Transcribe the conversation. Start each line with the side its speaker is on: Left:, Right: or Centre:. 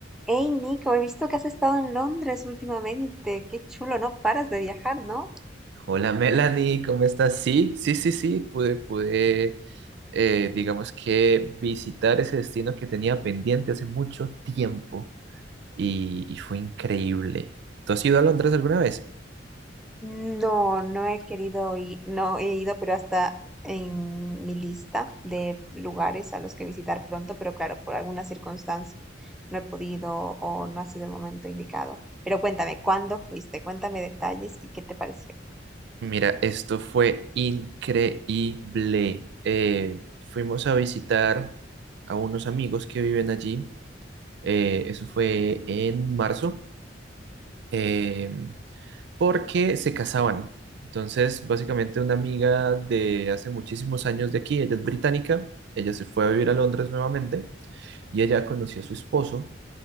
Centre: Hey Nico, he visto que has estado en Londres últimamente. Qué chulo, no paras de viajar, ¿no?
Right: Hola Melanie, ¿cómo estás? Sí, sí, sí, sí, pude, pude, eh, digamos que visitar ese destino que tenía pendiente hace mucho tiempo y, y fue increíble. ¿Tú has ido a Londres alguna vez?
Centre: No, no he querido ir, no he ido, pero hasta en mi lista de lugares a los que visitar pronto, pero claro, por algunas circunstancias no he podido o no ha sido el momento indicado. Pero cuéntame, ¿cuándo fuiste? Cuéntame detalles y qué te pareció.
Right: Mira, esto fue increíble. Eh, fuimos a visitar a unos amigos que viven allí. Eh, eso fue en marzo. Em, porque se casaban. Entonces, básicamente una amiga de hace muchísimos años de aquí, ella es británica, ella se fue a vivir a Londres nuevamente y ella conoció a su esposo.